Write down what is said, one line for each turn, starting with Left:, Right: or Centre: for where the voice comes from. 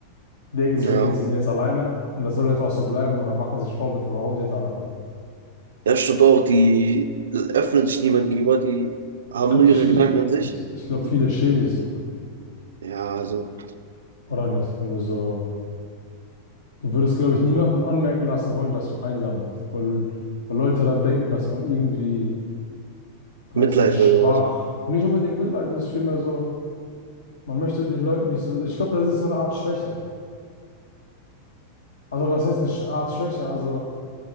Left: Die denken sich,
Right: Ja.
Left: okay, sie sind jetzt alleine und das soll jetzt auch so bleiben oder machen sich Vorwürfe, warum sie jetzt alleine
Right: Ja, stimmt auch, die öffnen sich niemand gegenüber, die haben
Left: Ich glaube,
Right: nur
Left: die,
Right: ihre
Left: ich,
Right: Gedanken in sich.
Left: ich, ich glaube,
Right: Und
Left: viele schämen sich sogar.
Right: ja, also
Left: Oder nicht? Wenn du so, du würdest, glaube ich, niemanden anmerken lassen wollen, dass du einsam bist, weil, weil Leute dann denken, dass man irgendwie, weiß
Right: Mitleid
Left: nicht, schwach,
Right: will oder so.
Left: nicht unbedingt Mitleid ist, vielmehr so, man möchte den Leuten nicht so, ich glaube, das ist so eine Art Schwäche. Also, was heißt eine Sch- Art Schwäche? Also,